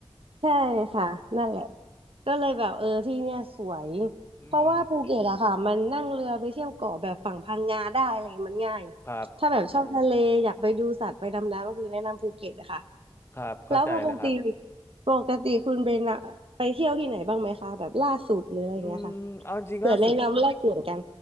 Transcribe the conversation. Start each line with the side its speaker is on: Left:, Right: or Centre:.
Right: ใช่ค่ะนั่นแหละก็เลยแบบเออที่เนี่ยสวย
Left: อืม
Right: เพราะว่าภูเก็ตอะค่ะมันนั่งเรือไปเที่ยวเกาะแบบฝั่งพังงาได้อะไรเงี้ยมันง่าย
Left: ครับ
Right: ถ้าแบบชอบทะเลอยากไปดูสัตว์ไปดำน้ำก็คือแนะนำภูเก็ตอะค่ะ
Left: ครับเข้าใจเลยครับ
Right: แล้วปกติปกติคุณเบนอะไปเที่ยวที่ไหนบ้างไหมคะแบบล่าสุดหรืออะไรเงี้ยค่ะ
Left: อืมเอาจริงๆล่าสุด
Right: เผื่อแนะนำแลกเปลี่ยนกัน